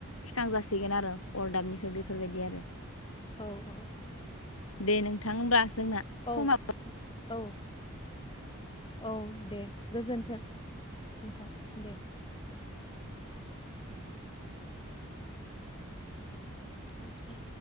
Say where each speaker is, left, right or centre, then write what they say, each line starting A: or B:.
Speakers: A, on the left; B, on the left.
A: थिखां जासिगोन आरो अरदाबनिफ्राय बेफोरबायदि आरो
B: औ
A: दे नोंथां होमब्ला जोंना
B: औ
A: समाबो
B: औ औ दे गोजोन्थों नोंथां दे औ दे